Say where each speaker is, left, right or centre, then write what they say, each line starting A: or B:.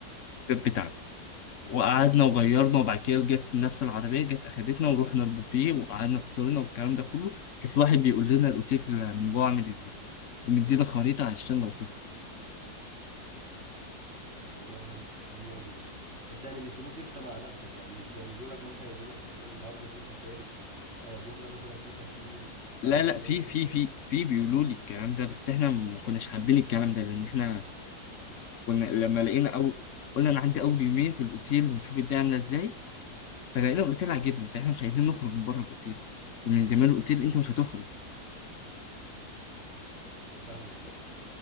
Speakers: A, on the left (about 55°); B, on the right (about 40°).
A: الباب بتاعنا وقعدنا وغيرنا وبعد كده جت نفس العربيه جت اخدتنا ورحنا البوفيه وقعدنا فطرنا والكلام ده كله كان في واحد بيقول لنا الاوتيل من جوه عامل ازاي مدينا خريطة عشان لو طفل
B: طب والله حلو حلو قوي ده بس يعني بيسيبوك انت مع نفسك يعني مش بيعملوا لك مثلا يقولوا لك مثلا النهارده في سفاري آه بكره مثلا في تخييم آه، بعد
A: لا لا
B: شويه
A: في في
B: مثلا
A: في في بيقولوا لي الكلام ده بس احنا ما كناش حابين الكلام ده لان احنا كنا لما لقينا او قلنا انا عندي اول يومين في الاوتيل ونشوف الدنيا عامله ازاي فلقينا الاوتيل عجبنا فاحنا مش عايزين نخرج من بره الاوتيل من جمال الاوتيل انت مش هتخرج
B: فاهمك اه